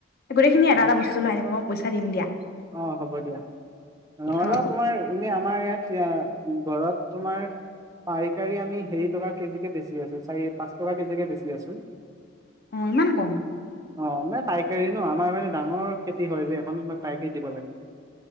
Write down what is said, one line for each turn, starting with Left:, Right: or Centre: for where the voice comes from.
Left: গোটেইখিনি এটা
Right: অ'।
Left: এটা বস্তু লৈ আনিবা মই বৈ চাৰম দিয়া
Right: অ হ'ব দিয়া ন অলও
Left: অ',
Right: তোমাৰ এনে আমাৰ ইয়াত এতিয়া ঘৰত তোমাৰ পাইকাৰী আমি হেৰি টকা কেজিকে বেচি আছো চাৰি পাঁচ টকা কেজিকে বেছি আছো
Left: অ', ইমান কম?
Right: অ', মানে পাইকাৰী ন। আমাৰ মানে ডাঙৰ খেতি হয় যে, এখন <unintelligible> পাইকেৰীত দিব লাগে।